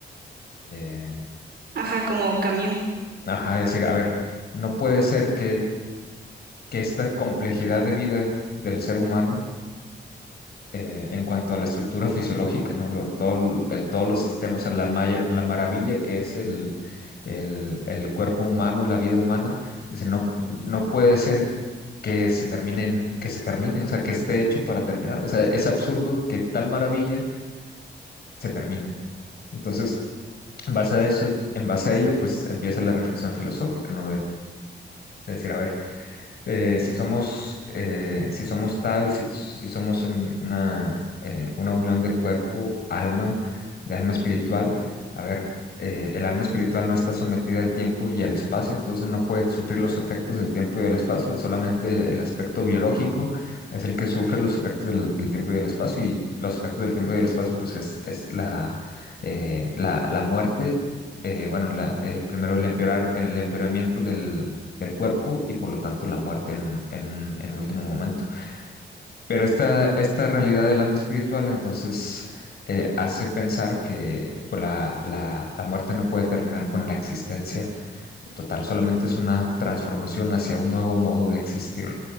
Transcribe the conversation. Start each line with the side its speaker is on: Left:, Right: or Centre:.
Left: Eh,
Right: Ajá, como Camus.
Left: Ajá, decir, a ver, no puede ser que, que esta complejidad de vida del ser humano eh, en cuanto a la estructura fisiológica, ¿no? Lo- todo el, el- todos los sistemas, o sea, la, maya- la maravilla que es el, el, el cuerpo humano, la vida humana, dice, no, no puede ser que se termine, en- que se termine, o sea, que esté hecho para terminar. O sea, es absurdo que tal maravilla se termine. Entonces, en base a eso, en base a ello, pues empieza la reflexión filosófica, ¿no? De, de decir, a ver, eh, si somos, eh, si somos tal, si, si somos en una, eh, una unión de cuerpo, alma, de alma espiritual, a ver, eh, el alma espiritual no está sometida al tiempo y al espacio, entonces no puede sufrir los efectos del tiempo y del espacio, solamente el aspecto biológico es el que sufre los efectos del, del tiempo y del espacio, y los efectos del tiempo y del espacio, pues es, es la, eh, la, la muerte. eh, bueno, la- el primero el empeorar, el empeoramiento del cuerpo y por lo tanto la muerte en un, en un, en un último momento. Pero esta, esta realidad del alma espiritual entonces eh, hace pensar que pues, la, la, la muerte no puede terminar con la existencia total, solamente es una transformación hacia un nuevo modo de existir.